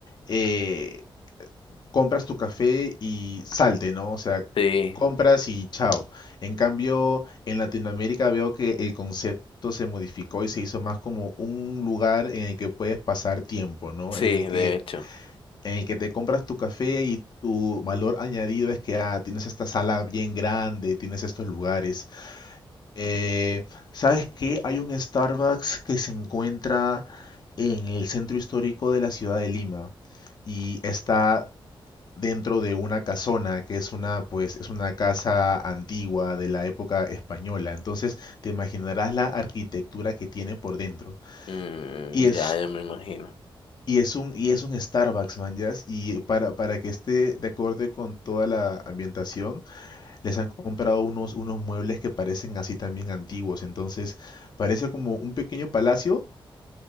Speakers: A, on the left (about 50°); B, on the left (about 75°).
A: eh, compras tu café y salte, ¿no? O sea,
B: Sí,
A: compras y chao. En cambio, en Latinoamérica veo que el concepto se modificó y se hizo más como un lugar en el que puedes pasar tiempo, ¿no?
B: Sí,
A: En el que,
B: de hecho.
A: en el que te compras tu café y tu valor añadido es que ah, tienes esta sala bien grande, tienes estos lugares. Eh, ¿sabes qué? Hay un Starbucks que se encuentra en el centro histórico de la ciudad de Lima y está dentro de una casona, que es una, pues, es una casa antigua de la época española. Entonces, te imaginarás la arquitectura que tiene por dentro.
B: Mm,
A: Y es,
B: ya, ya me imagino.
A: y es un, y es un Starbucks, man, ya Y para, para que esté de acorde con toda la ambientación, les han comprado unos, unos muebles que parecen así también antiguos. Entonces, parece como un pequeño palacio